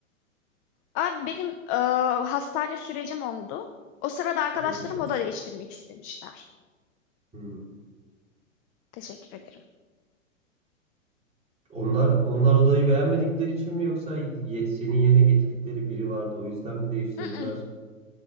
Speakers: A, on the left; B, on the right.
A: Abi benim e, hastane sürecim oldu. O sırada arkadaşlarım
B: Geçmiş olsun.
A: oda değiştirmek istemişler.
B: Hı.
A: Teşekkür ederim.
B: Onlar onlar odayı beğenmedikleri için mi yoksa ye- senin yerine getirdikleri biri vardı o yüzden mi değiştirdiler?
A: Mm-mm.